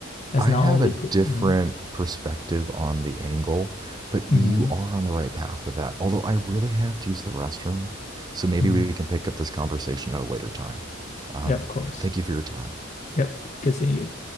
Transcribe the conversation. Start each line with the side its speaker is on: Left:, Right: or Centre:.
Left: As
Right: I
Left: not
Right: have
Left: only
Right: a
Left: good.
Right: different
Left: Mm-hmm,
Right: perspective on the angle, but you
Left: mm-hmm,
Right: are on the right path with that. Although I really have to use the restroom, so maybe
Left: mm-hmm.
Right: we can pick up this conversation at a later time. Um,
Left: Yeah, of course.
Right: thank you for your time.
Left: Yep. Good seeing you.